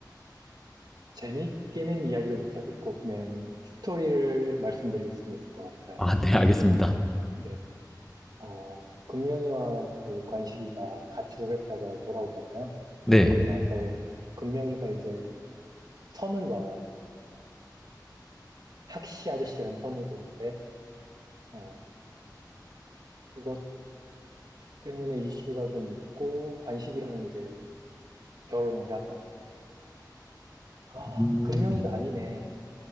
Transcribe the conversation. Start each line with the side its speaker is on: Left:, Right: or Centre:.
Right: 재밌게는 이야기를 못하겠고, 그냥 스토리를 말씀드릴 수 있을 것 같아요.
Centre: 아, 네, 알겠습니다.
Right: 네. 어, 금명이와 그 관식이가 같이 했다가 돌아오잖아요.
Centre: 네.
Right: 그리고 나서 금명이가 이제 선을 봐요. 학시 아저씨랑 선을 보는데, 어, 그것 때문에 이슈가 좀 있고, 관식이랑 이제 결혼을 하죠. 아,
Centre: 음,
Right: 금명이가 아니네.